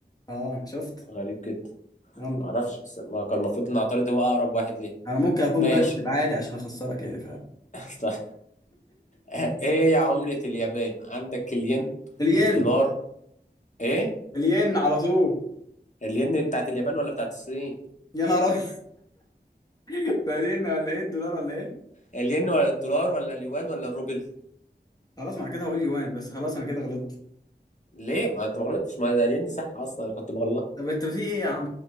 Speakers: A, on the left; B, on the left.
A: اه شفت
B: غريب جدا
A: يلا
B: معرفش بس ما كان المفروض ان اعترض هو اقرب واحد ليه
A: انا ممكن اكون
B: ماشي
A: بكذب عادي عشان اخسرك يعني
B: <laughs> طيب ايه يا عملة اليابان عندك الين
A: الين
B: الدولار ايه
A: الين على طول
B: الين بتاعت اليابان ولا بتاعت الصين
A: يا نهار ابيض <laughs> ده الين ولا ايه الدولار ولا ايه
B: الين ولا الدولار ولا اليوان ولا الروبل
A: خلاص ما انا كده هقول يوان بس خلاص انا كده غلطت
B: ليه ما انت ما غلطتش ما ده الين صح اصلا انا كنت مغلط
A: طب انت في ايه يا عم